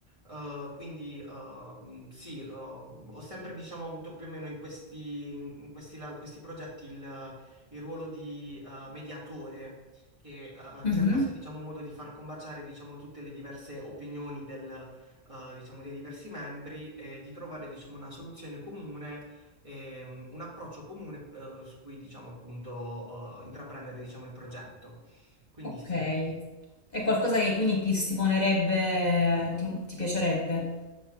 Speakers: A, on the right (about 30°); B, on the left (about 40°).
A: Eh, quindi ehm, sì, eh, ho sempre diciamo, avuto più o meno in questi, in questi, la- in questi progetti il, il ruolo di eh, mediatore che eh,
B: Mhm,
A: cercasse diciamo, un modo di far combaciare diciamo, tutte le diverse opinioni del, eh, diciamo, dei diversi membri e di trovare diciamo, una soluzione comune ehm, un approccio comune eh, su cui, diciamo, appunto, eh, intraprendere, diciamo, il progetto. Quindi
B: Ok,
A: sì.
B: è qualcosa che quindi ti stimolerebbe, ti ti piacerebbe?